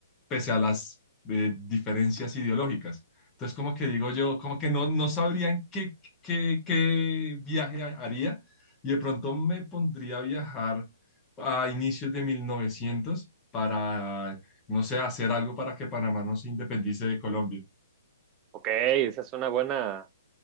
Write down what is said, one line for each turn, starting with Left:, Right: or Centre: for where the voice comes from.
Left: pese a las eh, diferencias ideológicas. Entonces, como que digo yo, como que no, no sabrían qué, qué, qué viaje ha- haría y de pronto me pondría a viajar a inicios de 1900 para, no sé, hacer algo para que Panamá no se independice de Colombia.
Right: Ok, esa es una buena,